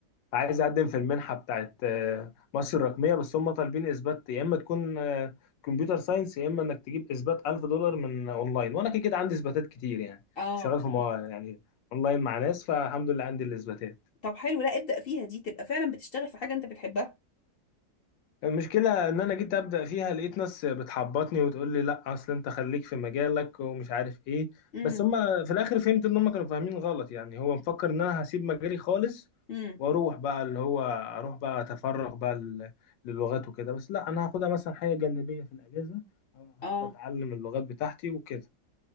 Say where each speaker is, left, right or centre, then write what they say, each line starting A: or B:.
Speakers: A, on the left; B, on the left.
A: عايز اقدم في المنحه بتاعت آه، مصر الرقميه بس هم طالبين اثبات يا اما تكون آه، كمبيوتر ساينس يا اما انك تجيب اثبات 1000 دولار من اونلاين وانا كده كده عندي اثباتات كتير يعني
B: اه
A: كنت شغال في
B: اه
A: مو... يعني اونلاين مع ناس فالحمد لله عندي الاثباتات
B: طب حلو لا ابدأ فيها دي تبقى فعلا بتشتغل في حاجة انت بتحبها
A: المشكلة إن أنا جيت أبدأ فيها لقيت ناس بتحبطني وتقول لي لأ أصل أنت خليك في مجالك ومش عارف إيه
B: امم
A: بس هما في الآخر فهمت إن هما كانوا فاهمين غلط يعني هو مفكر إن أنا هسيب مجالي خالص
B: امم
A: وأروح بقى اللي هو أروح بقى أتفرغ بقى لل- للغات وكده بس لأ أنا هاخدها مثلا حاجة جانبية في الأجازة آه، هقعد
B: اه
A: أتعلم اللغات بتاعتي وكده